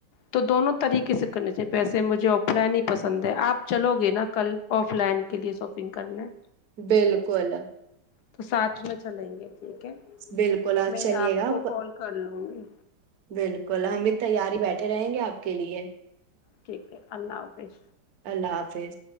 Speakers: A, on the left; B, on the right.
A: تو دونوں طریقے سے کرنا چاہیے ویسے مجھے آف لائن ہی پسند ہے آپ چلو گے نا کل آف لائن کے لیے شاپنگ کرنے
B: بالکل
A: تو ساتھ میں چلیں گے ٹھیک ہے
B: بالکل اور
A: میں
B: چلیے
A: آپ
B: گا
A: کو کال کر لوں گی
B: بالکل ہم بھی تیاری بیٹھے رہیں گے آپ کے لیے
A: ٹھیک ہے اللہ حافظ
B: اللہ حافظ